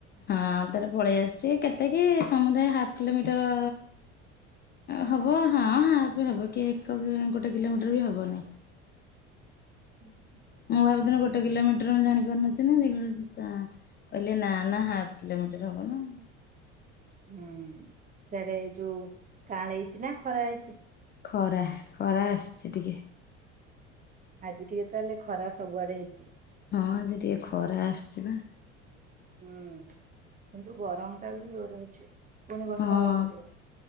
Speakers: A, on the left; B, on the right.
A: ହଁ ତାର ପଳେଇ ଆସଚି କେତେକି ସମୁଦାୟ ହାପ୍ କିଲୋମିଟର ହବ ହଁ ହାପେ ହବ କି ଏକ କି ଗୋଟେ କିଲୋମିଟର ବି ହବନେଇଁ।
B: ଉଁ ହୁଁ
A: ମୁଁ ଭାବିଥିନି ଗୋଟେ କିଲୋମିଟର ମୁଁ ଜାଣି ପାରୁନଥିନି ଦେଖିଲା ବେଳକୁ ତା କହିଲେ ନା ନା ହାପ୍ କିଲୋମିଟର ହବ ନା।
B: ହୁଁ ସିଆଡେ ଏ ଯୋଉ କାଁଳେଇଚି ନା ଖରା ହେଇଚି।
A: ଖରା ଖରା ଆସଚି ଟିକେ।
B: ଆଜି ଟିକେ ତାହାଲେ ଖରା ସବୁଆଡେ ହେଇଚି।
A: ହଁ ଆଜି ଟିକେ ଖରା ଆସଚି ପା।
B: ହୁଁ କିନ୍ତୁ ଗରମଟା ବି ଯୋର ଅଛି। ପୁଣି ବର୍ଷା
A: ହଁ
B: ହବ କରିବ